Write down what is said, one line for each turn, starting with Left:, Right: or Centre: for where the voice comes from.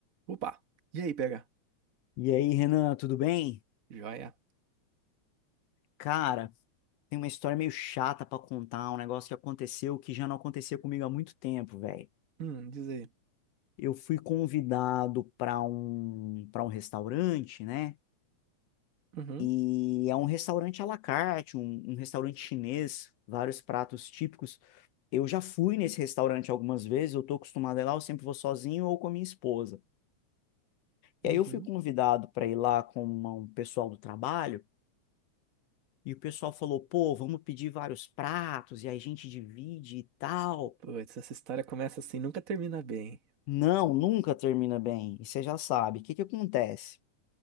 Right: Opa! E aí, PH?
Left: E aí, Renan, tudo bem?
Right: Joia?
Left: Cara, tem uma história meio chata pra contar, um negócio que aconteceu que já não acontecia comigo há muito tempo, velho.
Right: Hum, diz aí.
Left: Eu fui convidado pra um para um restaurante, né?
Right: Uhum,
Left: E é um restaurante à la carte, um, um restaurante chinês, vários pratos típicos. Eu já fui nesse restaurante algumas vezes, eu tô acostumado a ir lá, eu sempre vou sozinho ou com a minha esposa.
Right: uhum.
Left: E aí eu fui convidado para ir lá com uma- um pessoal do trabalho. E o pessoal falou, pô, vamos pedir vários pratos e aí a gente divide e tal.
Right: Putz, essa história começa assim, nunca termina bem.
Left: Não, nunca termina bem. E você já sabe. O que que acontece?